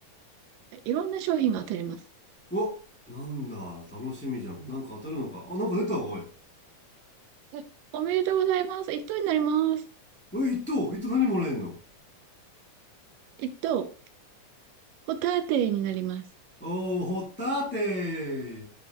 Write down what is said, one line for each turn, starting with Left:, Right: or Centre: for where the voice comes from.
Right: はいいろんな商品が当たります。
Centre: お、なんだ、楽しみじゃん。これなんか当たるのか。あ、なんか出たわ、おい。
Right: はいおめでとうございます。一等になります。
Centre: おい、一等一等何もらえんの
Right: 一等。ホタテになります。
Centre: おー、ほったーてー。